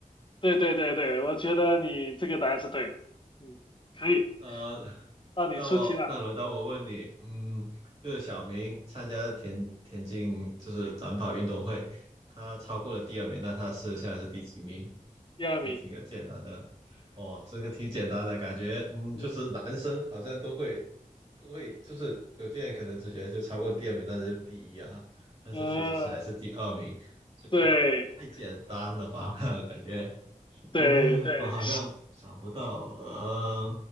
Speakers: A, on the left (about 35°); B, on the right (about 30°).
A: 对对对对，我觉得你这个答案是对的，嗯，可以，
B: 呃，<laughs>
A: 到你出题了，
B: 那我那轮到我问你，嗯，就是小明参加田田径就是短跑运动会，他超过了第二名，那他是现在是第几名？
A: 第二名，
B: 就挺简单的，哦，这个挺简单的感觉，嗯，
A: <laughs>
B: 就是男生好像都会都会，就是有些人可能直接就超过第二名，但是第一啊，但是其实是还是第二名，
A: 嗯，呃
B: 这个太简单了吧？
A: 对
B: <laughs> 感觉，
A: 对对，
B: 嗯，我好像想不到，
A: <laughs>
B: 呃，